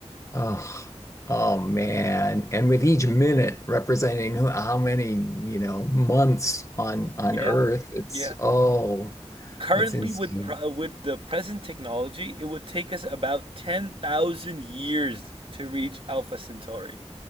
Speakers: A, on the left (about 25°); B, on the right (about 50°).
A: Oh, oh man. And with each minute representing who- how many, you know, months on on
B: Yeah,
A: Earth, it's
B: yeah.
A: oh,
B: Currently,
A: that's insane.
B: with pro with the present technology, it would take us about 10,000 years to reach Alpha Centauri.